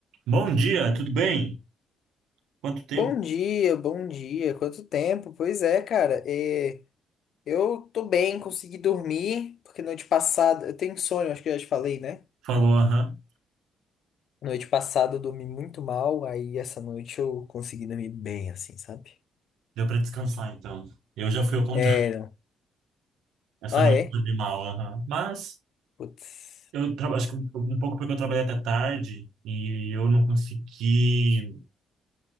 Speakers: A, on the right; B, on the left.
A: Bom dia, tudo bem? Quanto tempo?
B: Bom dia, bom dia. Quanto tempo? Pois é, cara. é, eu tô bem, consegui dormir, porque noite passada. Eu tenho sono, acho que eu já te falei, né?
A: Falou, aham.
B: Noite passada eu dormi muito mal, aí essa noite eu consegui dormir bem, assim, sabe?
A: Deu para descansar, então. Eu já fui ao contrário.
B: É, não.
A: <laughs> Essa
B: Ah,
A: noite
B: é?
A: eu dormi mal, aham. Mas
B: Putz.
A: eu tra- acho que um um pouco porque eu trabalhei até tarde e eu não consegui